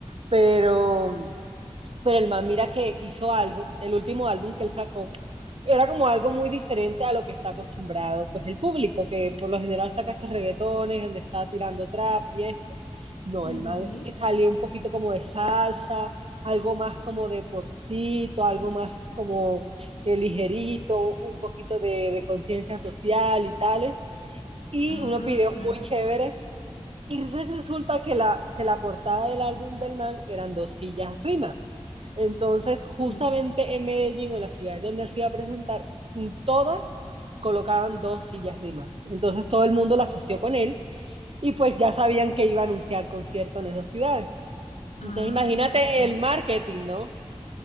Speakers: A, on the right; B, on the left.
A: pero pero el man mira que hizo algo, el último álbum que él sacó, era como algo muy diferente a lo que está acostumbrado, pues el público, que por lo general saca estos reggaetones, donde está tirando trap y esto. No,
B: Sí,
A: el
B: sí,
A: man
B: sí.
A: eh, salió un poquito como de salsa, algo más como de popcito, algo más como de ligerito, un poquito de, de conciencia social y tales. Y
B: Ah,
A: unos videos
B: claro.
A: muy chéveres y re- resulta que la, que la portada del álbum del man eran dos sillas Rimax. Entonces, justamente
B: Sí.
A: en Medellín, o en la ciudad donde él se iba a presentar, en todas colocaban dos sillas Rimax. Entonces, todo el mundo la asoció con él y pues ya sabían que iba a anunciar concierto en esas ciudades.
B: Ay,
A: Entonces, imagínate
B: vea pues.
A: el marketing, ¿no?